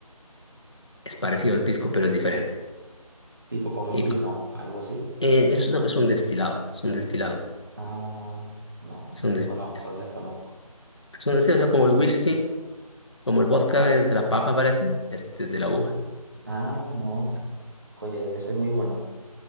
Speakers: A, on the left (about 50°); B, on the right (about 35°).
A: Es parecido al pisco, pero es diferente.
B: tipo como un
A: Y
B: vino,
A: cu-
B: algo así.
A: eh, es, no, es un destilado, es un destilado.
B: Ah, no,
A: Es
B: desconozco,
A: un, des- es,
B: desconozco.
A: es un destilado, o sea, como el whisky, como el vodka es de la papa, parece. Este es de la uva.
B: Ujú. Ah, no, Colle, ese muy bueno.